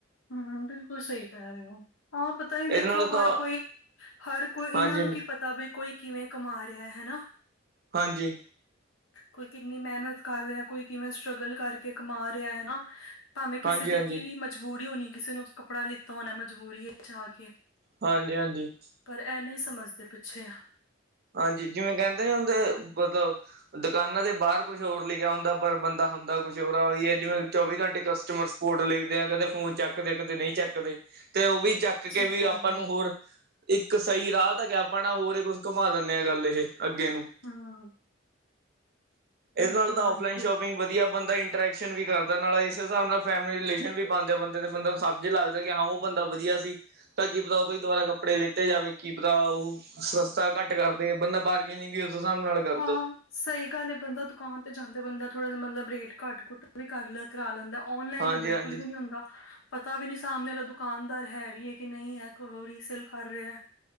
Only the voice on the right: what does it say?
ਇਹਦੇ
ਨਾਲ
ਤਾਂ
ਹਾਂਜੀ
ਹਾਂਜੀ।
ਹਾਂਜੀ
ਹਾਂਜੀ
ਹਾਂਜੀ, ਹਾਂਜੀ।
ਹਾਂਜੀ ਜਿਵੇਂ ਕਹਿੰਦੇ ਨੇ ਹੁੰਦੇ ਮਤਲਬ। ਦੁਕਾਨਾਂ ਦੇ ਬਾਹਰ ਕੁਛ ਹੋਰ ਲਿਖਿਆ ਹੁੰਦਾ ਪਰ ਬੰਦਾ ਹੁੰਦਾ ਕੁਛ ਹੋਰ ਆ ਉਹੀ ਹੈ ਜਿਵੇਂ ਚੌਵੀ ਘੰਟੇ ਕਸਟਮਰਸ। ਲਿਖਦੇ ਆ ਕਦੇ ਫੋਨ ਚੱਕਦੇ ਕਦੇ ਨਹੀਂ ਚੱਕਦੇ ਤੇ ਉਹ ਵੀ ਚੱਕ। ਕੇ
ਵੀ
ਆਪਾਂ ਨੂੰ
ਹੋਰ ਇੱਕ ਸਹੀ ਰਾਹ ਤਾਂ ਕਿ ਆਪਾਂ ਨਾ ਹੋਰ ਇਹ ਕੁਛ ਘੁੰਮਾ ਦਿੰਦੇ ਹਾਂ ਗੱਲ ਇਹ। ਅੱਗੇ ਨੂੰ
ਇਸ ਨਾਲ ਤਾਂ ਔਫਲਾਈਨ ਸ਼ੋਪਿੰਗ ਵਧੀਆ ਬੰਦਾ। ਕਰੈਕਸ਼ਨ ਵੀ ਕਰਦਾ ਨਾਲ ਇਸ ਹਿਸਾਬ ਨਾਲ ਫੈਮਲੀ ਰਿਲੇਸ਼ਨ ਵੀ ਬਣਦੇ ਬੰਦੇ ਬੰਦਾ ਨੂੰ ਸਮਝ ਲੱਗਦਾ ਕਿ ਹਾਂ ਉਹ ਬੰਦਾ ਵਧੀਆ ਸੀ। ਤਾਂ ਕੀ ਪਤਾ ਉਹ ਤੋਂ ਹੀ ਦੁਬਾਰਾ ਕੱਪੜੇ ਲਿਤੇ ਜਾਵੇ ਕੀ ਪਤਾ ਉਹ। ਸਾ ਘੱਟ ਕਰਦੇ ਬੰਦਾ ਬਾਰਗੇਨਿੰਗ ਵੀ ਉਸ ਹਿਸਾਬ ਨਾਲ। ਕਰਦਾ
ਹਾਂਜੀ
ਹਾਂਜੀ